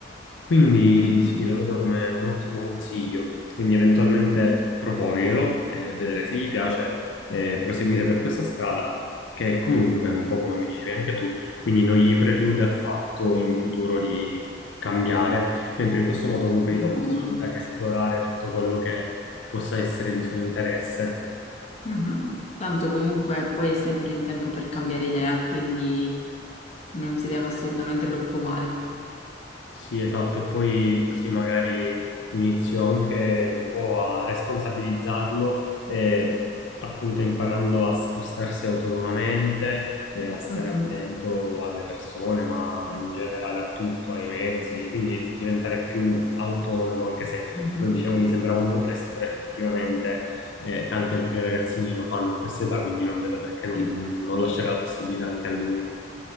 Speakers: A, on the left (about 80°); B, on the left (about 35°).
A: quindi
B: Mhm.
A: sì, lo vedo come un ottimo consiglio, quindi eventualmente proporglielo e vedere se gli piace e proseguire per questa strada che comunque, un po' come mi dicevi anche tu, quindi non gli preclude affatto in futuro di cambiare, mentre in questo modo comunque
B: No,
A: gli do possibilità
B: no, no.
A: di esplorare tutto quello che possa essere di suo interesse
B: Mhm. Tanto comunque poi è sempre in tempo per cambiare idea, quindi non si deve assolutamente preoccupare.
A: Sì, esatto, e poi così magari inizio anche un po' a responsabilizzarlo, eh, appunto imparando a spostarsi autonomamente e a stare
B: Mhm,
A: attento alle persone, ma in generale a tutto, ai mezzi, quindi diventare più autonomo, anche se,
B: mhm,
A: come dicevo, mi sembrava un po' presto, però effettivamente eh, tanti altri ragazzini lo fanno a questa età, quindi non vedo perché non
B: Sì,
A: non lasciare la possibilità anche a lui.